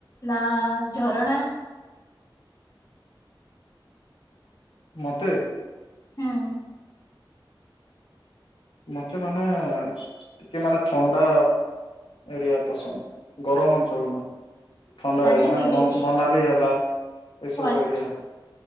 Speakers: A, on the left; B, on the left.
A: ନା ଝରଣା?
B: ମତେ
A: ହୁଁ
B: ମତେ ମାନେ ଟିକେ ମାନେ ଥଣ୍ଡା ଏରିଆ ପସନ୍ଦ୍। ଗରମ୍ ଅଞ୍ଚଳ ନୁହେଁ। ଥଣ୍ଡା
A: ତାହେଲେ
B: ଏରିଆ ମାନେ
A: ସି
B: ମନ୍-
A: ବିଚ୍।
B: ମନାଲି ହେଲା ଏ ସବୁ
A: ଓ
B: ଏରିଆ।